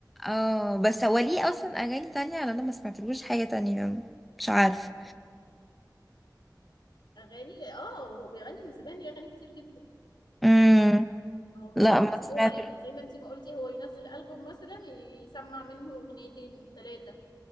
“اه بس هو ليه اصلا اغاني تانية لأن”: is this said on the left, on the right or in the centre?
Centre